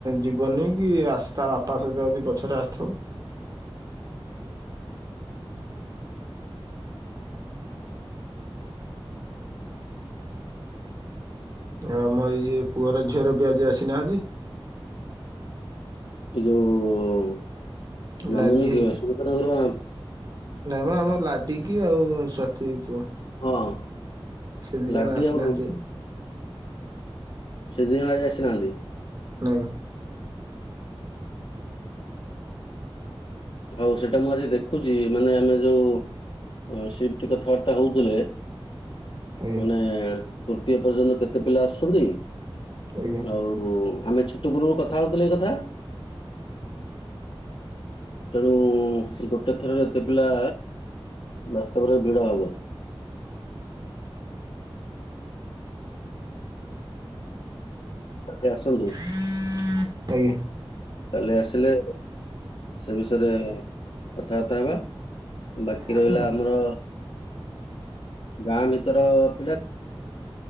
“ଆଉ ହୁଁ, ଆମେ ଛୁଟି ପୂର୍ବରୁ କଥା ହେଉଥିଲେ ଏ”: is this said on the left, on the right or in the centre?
Left